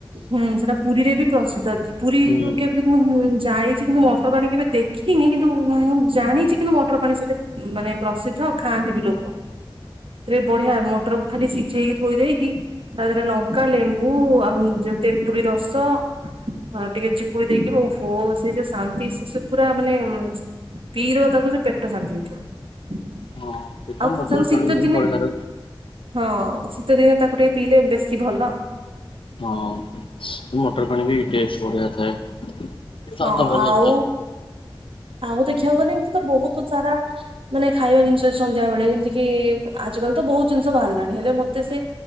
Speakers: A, on the right; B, on the left.
A: ହୁଁ ସେଟା ପୁରୀରେ ବି ପ୍ରସିଦ୍ଧ ଅଛି। ପୁରୀ
B: ହୁଁ
A: କେବେ ମୁଁଁ ଯାଇଛି କିନ୍ତୁ ମଟର ପାଣି କେବେ ଦେଖିନି କିନ୍ତୁ ମୁଁ ଜାଣିଛି କିନ୍ତୁ ମଟର ପାଣି ସେଠି ମାନେ ପ୍ରସିଦ୍ଧ ଆଉ ଖାଆନ୍ତି ବି ଲୋକ। ରେ ବଢିଆ ମଟରକୁ ଖାଲି ସିଝେଇକି ଥୋଇ ଦେଇକି ତାଧେରେ ଲଙ୍କା ଲେମ୍ବୁ ଆଉ ଯୋଉ ତେନ୍ତୁଳି ରସ ହଁ ଟିକେ ଚିପୁଡି ଦେଇକି ଓହୋ ସେ ଯୋଉ ଶାନ୍ତି ସେ ସବୁ ପୁରା ମାନେ ପିଇ ଦବ ତାକୁ ପେଟ ଶାନ୍ତି ହେଇଯିବ।
B: ହଁ ସେ ତ
A: ଆଉ
B: ମଟର
A: ତାକୁ ଶୀତ
B: ପାଣି ବି
A: ଦିନେ
B: ବଢିଆ ର
A: ହଁ ଶୀତଦିନ ତାକୁ ଟିକେ ପିଇଲେ ବେଶୀ ଭଲ।
B: ହଁ ଅଁ ସ ମଟର ପାଣି ବି ଟେଷ୍ଟ ବଢିଆ ଥାଏ। ସ୍ୱାଦ
A: ହଁ
B: ଭଲ
A: ଆଉ
B: ଥାଏ
A: ଆଉ ଦେଖିବାକୁ ଗଲେ ଏମି଼ତି ତ ବହୁତ ସାରା ମାନେ ଖାଇବା ଜିନିଷ ସନ୍ଧ୍ୟା ବେଳେ ଯେମିତି କି ଆଜିକାଲି ତ ବହୁତ ଜିନିଷ ବାହାରିଲାଣି ହେଲେ ମତେ ସେ